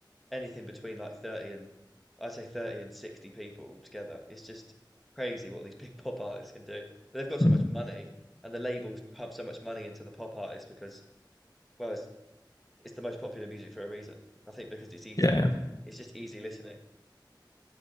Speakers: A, in the centre; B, on the left.
A: anything between like 30 and I'd say 30 and 60 people together. It's just crazy what these big <laughs> pop artists can do. But they've got so
B: Hmm.
A: much money and the labels pump so much money into the pop artists because, well, it's, it's the most popular music for a reason. I think because it's easy,
B: Yeah, yeah.
A: it's just easy listening.